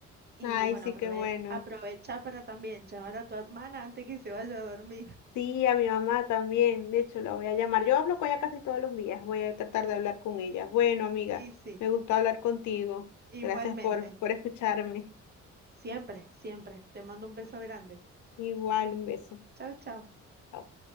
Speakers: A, on the right; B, on the left.
A: Y
B: Ay,
A: bueno,
B: sí,
A: aprove
B: qué bueno.
A: aprovecha para también llamar a tu hermana antes que se vaya a dormir. <laughs>
B: Sí, a mi mamá también. De hecho, la voy a llamar. Yo hablo con ella casi todos los días. Voy a tratar de hablar con ella. Bueno, amiga,
A: Y sí,
B: me gustó hablar contigo.
A: igualmente,
B: Gracias por, por escucharme.
A: siempre, siempre. Te mando un beso grande.
B: Igual, un beso.
A: Chau, chau.
B: Chao.